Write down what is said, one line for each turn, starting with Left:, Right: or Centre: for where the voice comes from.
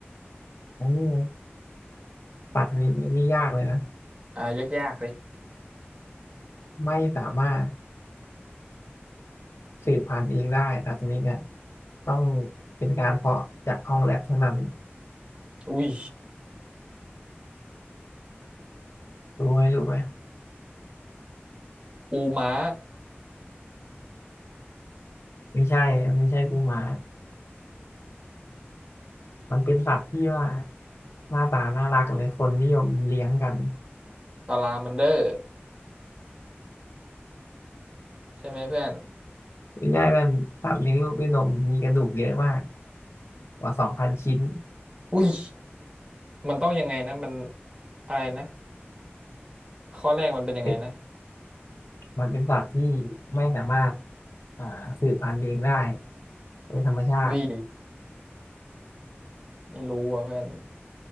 Left: โอ้สัตว์ชนดนี้นี่ยากเลยนะ
Right: อ่ายากยเลย
Left: ไม่สามารถสืบพันธุ์เองได้สัตว์ชนิดเนี่ยต้องเป็นการเพาะจากห้องแลบเท่านั้น
Right: อุ้ย
Left: รู้ไหมรู้ไหม
Right: ปูม้า
Left: ไม่ใช่ไม่ใช่กูหมามันเป็นสัตว์ที่ว่าหน้าตาน่ารักเลยคนนิยมเลี้ยงกัน
Right: ตารางมันเดอร์ใช่ไหมเพื่อน
Left: ไม่ใช่มันสัตว์เลี้ยงลูกด้วยนมมีกระดูกเยอะมากกว่าสองพันชิ้น
Right: อุ้ยมันต้องยังไงนะมันอะไรนะข้อแรกมันเป็นยังไงนะ
Left: เป็นมันเป็นสัตว์ที่ไม่สามารถอ่าสืบพันธุ์เองได้โดยธรรมชาติ
Right: อุ้ยไม่รู้ว่ะเพื่อน